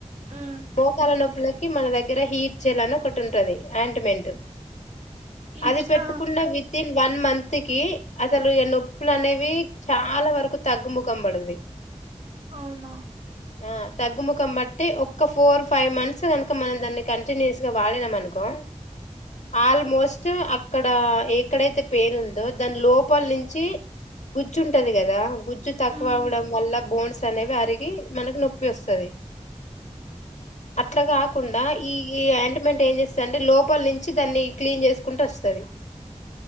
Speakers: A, on the right; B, on the left.
A: మ్మ్
B: మోకాల నొప్పులకి మన దగ్గర దగ్గర హీట్ జల్ అనీ ఒకట్టింటది అయింట్ మెంట్
A: ఇచ్చా
B: అది పెట్టుకున్న విత్ ఇన్ వన్ మంత్ కి అసలు ఇగ నొప్పులు అనేవి చాలా వరకు తగ్గుముఖం పడది
A: అవునా
B: ఆ తగ్గుముఖం బట్టి ఒక్క ఫోర్ ఫైవ్ మంత్స్ కనుక మనం దాన్ని కంటిన్యూస్ గా వాడినం అనుకో ఆల్మోస్ట్ అక్కడ ఎక్కడైతే పెయిన్ ఉందో దాని లోపల నుంచి గుజ్జు ఉంటది కదా గుజ్జు తక్కువ
A: మ్మ్
B: అవ్వడం వల్ల బోన్స్ అనేవి అరిగి మనకు నొప్పి వస్తది <inaudible> అట్లా కాకుండా ఈ అయాంట్ మెంట్ ఏం చేస్తది అంటే లోపల నుంచి దాన్ని క్లీన్ చేసుకుంట వస్తది